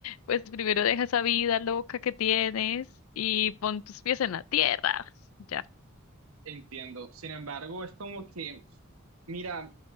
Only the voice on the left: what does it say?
Pues primero deja esa vida loca que tienes y pon tus pies en la tierra. Ya,